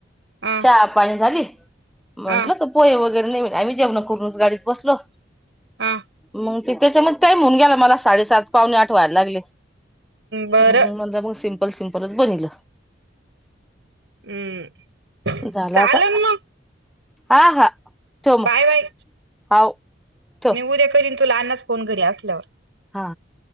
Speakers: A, on the right; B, in the centre.
A: अ
B: चहा पाणी झाली म्हंटलं
A: अ
B: तर पोय वगैरे नाही. म्हणे आम्ही जेवण करूनच गाडीत बसलो.
A: हा.
B: मग ते त्याच्या मधी टाईम होऊन गेला मला, साडेसात पावणे आठ व्हायला लागले.
A: बरं
B: म म्हणलं मग सिम्पल सिम्पलच बनतील.
A: हम्म.
B: झाला
A: चालन
B: आता.
A: मग
B: हा, हा. ठेव मग
A: बाय, बाय
B: हाव ठेव
A: मी उद्या करीन तुला अन्नाच फोन घरी असल्यावर.
B: हा.